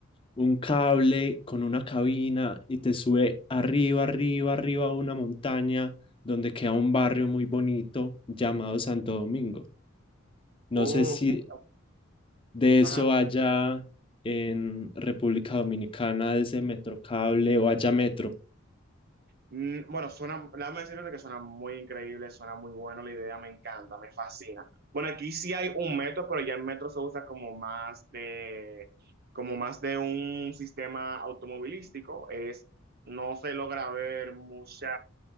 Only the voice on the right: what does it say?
Uf,
un-
ajá.
Mm, Bueno, suena, déjame decirte que suena muy increíble, suena muy bueno la idea, me encanta, me fascina. Bueno, aquí sí hay un metro, pero ya el metro se usa como más de, como más de un sistema automovilístico. Es, no se logra ver mucha,